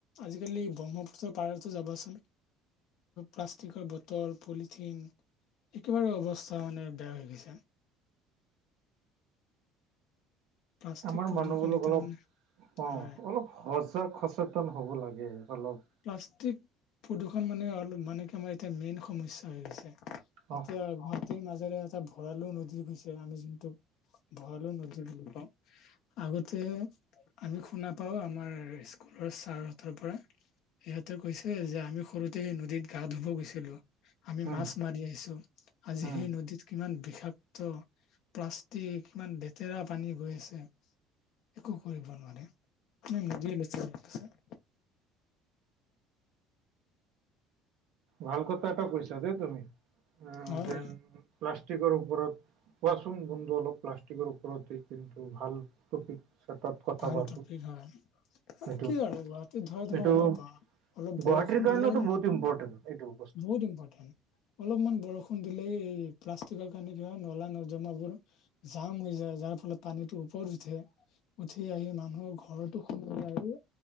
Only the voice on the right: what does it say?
আমাৰ
মানুহবোৰক
অলপ,
অ
অলপ সজাগ সচেতন হ'ব লাগে অলপ।
অ
উম
উম
ভাল কথা এটা কৈছা দেই তুমি আহ
যেন প্লাষ্টিকৰ ওপৰত কোৱাচোন বন্ধু অলপ প্লাষ্টিকৰ ওপৰতে কিন্তু ভাল টপিক চতাপ কথা
পাতোঁ।
এইটো
এইটো
গুৱাহাটীৰ
কাৰণেওতো
বহুত ইম্পৰ্টেণ্ট। সেইটো বস্ত-